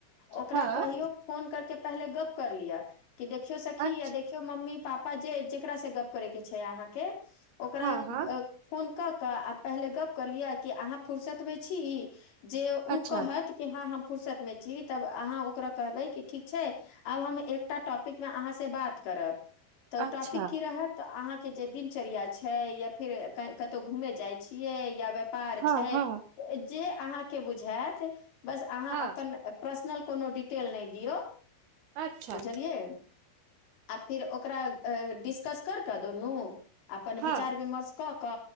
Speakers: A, on the left; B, on the right.
A: ओकरा
B: हँ
A: कहियो फोन करके पहिले गप्प कर लिया कि देखियो सखी
B: अच्छा
A: या देखियो देखो मम्मी पापा जे जेकरा से गप करै‌ के छे अहाँ के ओकरा
B: हँ हँ
A: फोन क क आ पहिले गप्प कर लियअ कि अहाँ फुुरसत मे छी जे ई
B: अच्छा
A: कहत कि हँ हम फुुरसत में छी तब अहाँ ओकरा कहबे ठीक छे आब हम एकटा टॉपिक मे अहाँ से बात करब त
B: अच्छा
A: टॉपिक की रहत त अहाँ के जे दिनचर्या छे या फिर कतौ घुमे जाइ छियै या <unintelligible>
B: हँ
A: छै
B: हँ
A: जे अहाँ के बुझेत बस अहाँ
B: हँ
A: अपन पर्सनल कोनो डिटेल नै दियो
B: अच्छा
A: बुझलिये आ फिर ओकरा डिस्कस करके दुनू अपन
B: हँ
A: विचार विमर्श क क